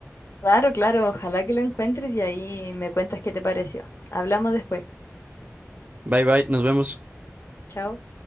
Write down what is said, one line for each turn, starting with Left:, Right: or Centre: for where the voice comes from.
Left: Claro, claro, ojalá que lo encuentres y ahí me cuentas qué te pareció. Hablamos después.
Right: Bye bye, nos vemos.
Left: Chao.